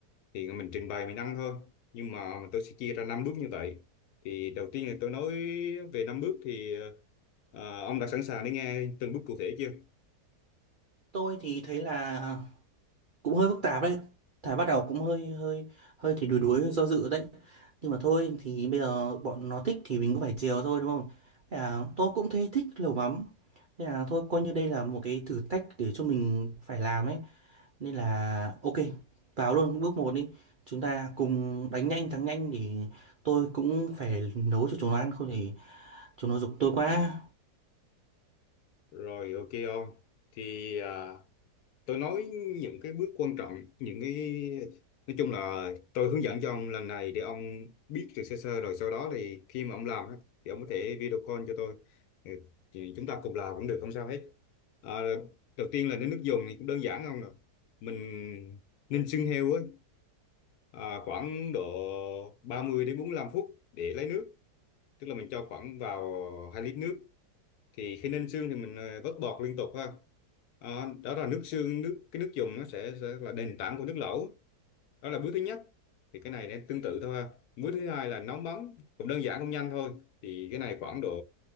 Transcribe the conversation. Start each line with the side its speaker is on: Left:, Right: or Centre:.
Left: thì mình trình bày mình ăn thôi nhưng mà tôi sẽ chia ra năm bước như vậy thì đầu tiên là tôi nói về năm bước thì ờ, ông đã sẵn sàng để nghe từng bước cụ thể chưa
Right: tôi thì thấy là cũng hơi phức tạp đấy thả bắt đầu cũng hơi hơi hơi thì đuối đuối do dự đấy Nhưng mà thôi thì bây giờ bọn nó thích thì mình cũng phải chiều thôi đúng không? Thế là tôi cũng thấy thích lẩu mắm. Thế là thôi coi như đây là một cái thử thách để cho mình phải làm ấy. Nên là ok, vào luôn bước một đi. Chúng ta cùng đánh nhanh thắng nhanh để tôi cũng phải nấu cho chúng nó ăn không thì chúng nó giục tôi quá.
Left: rồi ok ông thì à, tôi nói những cái bước quan trọng những cái nói chung là tôi hướng dẫn cho ông lần này để ông biết được sơ sơ rồi sau đó thì khi mà ông làm á, thì ông có thể video call cho tôi Ừ, thì chúng ta cùng làm cũng được không sao hết à, đầu tiên là đến nước dùng thì cũng đơn giản không nè mình ninh xương heo á à, khoảng độ 30 đến bốn lăm phút để lấy nước tức là mình cho khoảng vào hai lít nước thì khi ninh xương thì mình ờ, vớt bọt liên tục ha Ờ, đó là nước xương nước cái nước dùng nó sẽ, sẽ là nền tảng của nước lẩu đó là bước thứ nhất thì cái này nó tương tự thôi ha bước thứ hai là nấu mắm cũng đơn giản cũng nhanh thôi thì cái này khoảng độ